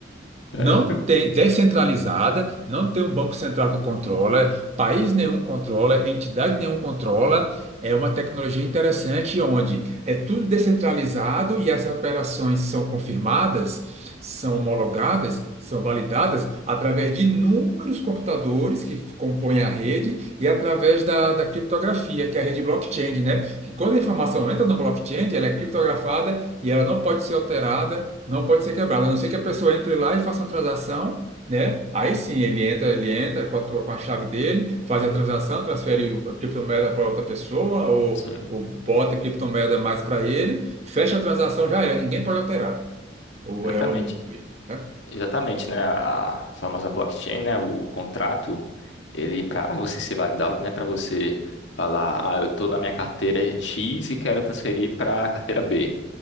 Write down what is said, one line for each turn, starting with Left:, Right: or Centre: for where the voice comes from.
Left: Certo.
Right: não tem, descentralizada, não tem um banco central que controla, país nenhum controla, entidade nenhum controla. É uma tecnologia interessante onde é tudo descentralizado e as operações são confirmadas, são homologadas, são validadas através de inúmeros computadores que compõem a rede e através da, da criptografia, que é a rede blockchain, né? Que quando a informação entra no blockchain, ela é criptografada e ela não pode ser alterada não pode ser quebrado, a não ser que a pessoa entre lá e faça uma transação, né? Aí sim, ele entra, ele entra com a, tua- com a chave dele, faz a transação, transfere o- a criptomoeda para outra pessoa, ou,
Left: Sim,
Right: ou bota a criptomoeda mais para ele, fecha a transação, já era, ninguém pode alterar. Ou
Left: exatamente.
Right: é o, né?
Left: Exatamente, né? A famosa blockchain, né? O contrato, ele para você ser validado, né? Para você falar, ah, eu tô na minha carteira X e quero transferir para a carteira B.